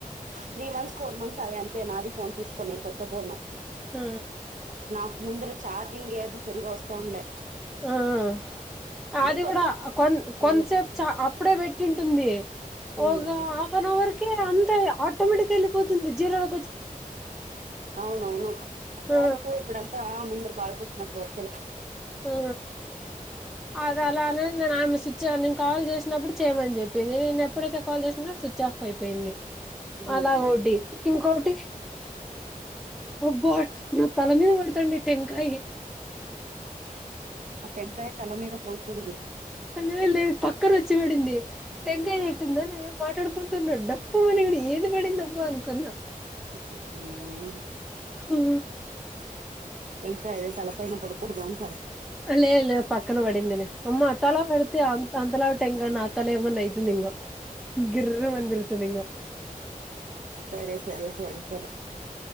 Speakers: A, on the right; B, in the centre.
A: త్రీ మంత్స్ ఫోర్ మంత్స్ అవి అంతే నాది ఫోన్ తీసుకోనే కొత్త ఫోను
B: హు
A: నాకు ముందర చార్జింగ్ ఏది సరిగా వస్తాఉండాలే
B: ఆ అది
A: కొత్త
B: కూడా కొ కొంతసేపు
A: మ్మ్
B: చ అప్పుడే పెట్టింటుంది ఒగో
A: మ్మ్
B: ఆ హఫ్వన్ అవర్ కే అంతా ఆటోమేటిక్ వెళ్ళిపోతుంది జీరోల
A: అవునవును ఫోన్స్
B: ఆ
A: ఇప్పుడంతా ముందరు పాల్ కూర్చినట్లు వచ్చలే
B: హు అద అలా అనేది నేను ఆమె స్విచ్ నేను కాల్ చేసినప్పుడు చేయమని చెప్పింది నేను ఎప్పుడైతే కాల్ చేసినో స్విచ్ ఆఫ్ అయిపోయింది
A: మ్మ్
B: అలాగోటి ఇంకటి ఒబ్బో నా తల మీద పడతాండే టెంకాయీ
A: ఆ టెంకాయీ తలమీద పొడకూడదు
B: లేదు లేదు పక్కనోచ్చి పడింది టెంకాయి ఉన్నట్టుందో నే మాట్లాడుకుంటున్నా కుమని ఏది పడిందబ్బ అనుకున్నా
A: ఉ
B: హు
A: టెంకాయ తల పైన పడకుడదు అంటారు
B: లెద్ లేద్ పక్కన పడింది లే అమ్మ తల పడితే అ అంత లావ్ టెంకాయ నాతల ఏమన్నయిత నింగ గిర్రుమని తిరుగుతైంగ
A: సరే సరే సరే సరే